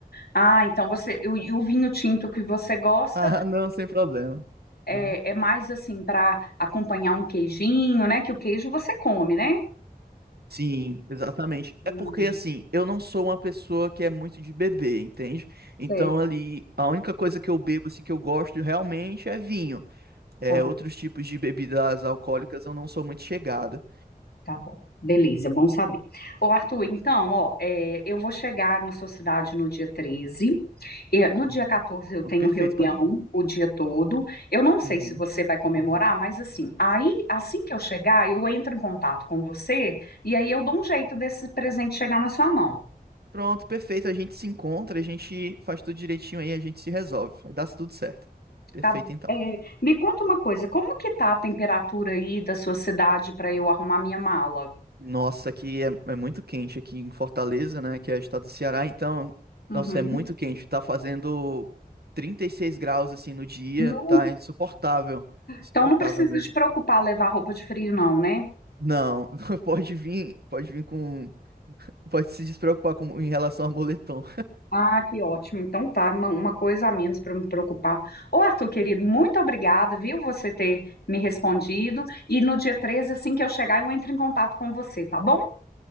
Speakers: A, on the left (about 75°); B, on the right (about 75°).
A: Ah, então você, o, e o vinho tinto que você gosta
B: Ah, não, sem problema.
A: é,
B: Uhum.
A: é mais assim para acompanhar um queijinho, né? Que o queijo você come, né?
B: Sim, exatamente.
A: Hum,
B: É porque assim, eu não sou uma pessoa que é muito de beber, entende? Então
A: sei.
B: ali, a única coisa que eu bebo assim que eu gosto realmente é vinho. É,
A: Tá,
B: outros tipos de bebidas alcoólicas eu não sou muito chegado.
A: tá bom. Beleza, bom saber. Ô, Arthur, então, ó, é, eu vou chegar na sua cidade no dia 13. É, no dia
B: Uhum.
A: 14 eu tenho
B: Ah, Perfeito,
A: reunião
B: pode ir.
A: o dia todo. Eu não sei
B: Uhum,
A: se você vai comemorar,
B: uhum.
A: mas assim, aí assim que eu chegar, eu entro em contato com você e aí eu dou um jeito desse presente chegar na sua mão,
B: Pronto, perfeito. A gente se encontra, a gente faz tudo direitinho aí, a gente se resolve. Vai dar tudo certo. Perfeito,
A: tá?
B: então.
A: É, me conta uma coisa, como que tá a temperatura aí da sua cidade para eu arrumar minha mala?
B: Nossa, aqui é, é muito quente aqui em Fortaleza, né? Que é o estado do Ceará, então,
A: Uhum.
B: nossa, é muito quente. Tá fazendo 36 graus assim no dia,
A: No-
B: tá insuportável. Insuportável
A: então não precisa
B: mesmo.
A: te preocupar levar roupa de frio, não, né?
B: Não, <laughs> pode vir, pode vir com. Pode se despreocupar com, em relação a moletom.
A: Ah, que ótimo. Então tá, uma, uma coisa a menos para me preocupar. Ô, Arthur, querido, muito obrigada, viu, você ter me respondido. E no dia 13, assim que eu chegar, eu entro em contato com você, tá bom?